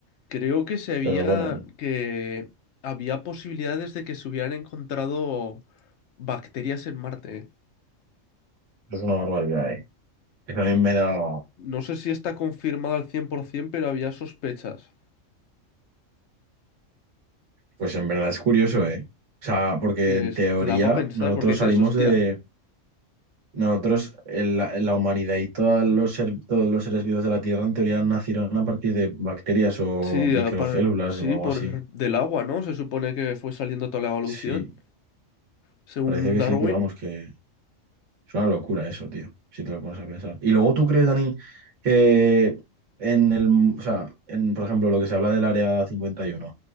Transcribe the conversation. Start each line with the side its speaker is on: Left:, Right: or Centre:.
Left: Creo que se había,
Right: pero bueno,
Left: que había posibilidades de que se hubieran encontrado bacterias en Marte. ¿eh?
Right: es una barbaridad, ¿eh? Que también me da,
Left: No sé si está confirmado al 100%, pero había sospechas.
Right: pues en verdad es curioso, ¿eh? O sea, porque
Left: Te,
Right: en teoría
Left: te da para pensar
Right: nosotros
Left: porque dices,
Right: salimos
Left: hostia,
Right: de Nosotros, el- la, la humanidad y todos los, ser- todos los seres vivos de la Tierra en teoría nacieron a partir de bacterias o
Left: sí,
Right: microcélulas
Left: eh, par- sí,
Right: o algo
Left: por
Right: así.
Left: del agua, ¿no? Se supone que fue saliendo toda la evolución,
Right: Sí,
Left: según
Right: parece que
Left: Darwin.
Right: sí, pero vamos, que es una locura eso, tío, si te lo pones a pensar. Y luego tú crees, Dani, que en el, o sea, en, por ejemplo, lo que se habla del Área cincuenta y uno